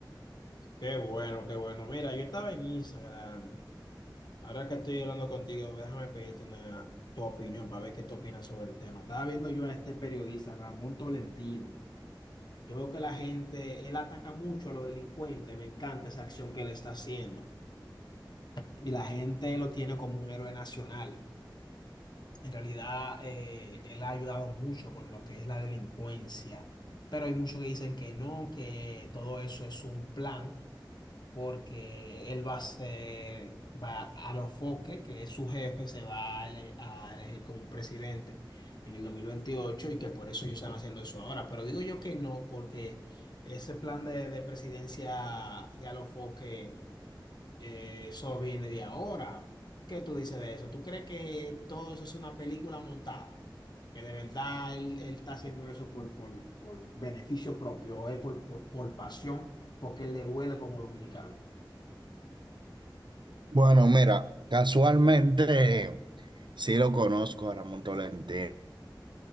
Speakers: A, on the left; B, on the right.
A: Qué bueno, qué bueno. Mira, yo estaba en Instagram. Ahora que estoy hablando contigo, déjame pedirte una, tu opinión para ver qué tú opinas sobre el tema. Estaba viendo yo a este periodista, Ramón Tolentino. Yo veo que la gente, él ataca mucho a los delincuentes. Me encanta esa acción que él está haciendo. Y la gente lo tiene como un héroe nacional. En realidad, eh, él ha ayudado mucho con lo que es la delincuencia, pero hay muchos que dicen que no, que todo eso es un plan, porque él va a ser, va a los Foque, que es su jefe, se va a, ele- a elegir como presidente en el dos mil veintiocho y que por eso ellos están haciendo eso ahora. Pero digo yo que no, porque ese plan de, de presidencia de Alofoque eh, eso viene de ahora. ¿Qué tú dices de eso? ¿Tú crees que todo eso es una película montada? Que de verdad él, él está haciendo eso por, por, por beneficio propio, o es por, por, por pasión, porque le duele como dominicano.
B: Bueno, mira, casualmente sí lo conozco a Ramón Tolentino,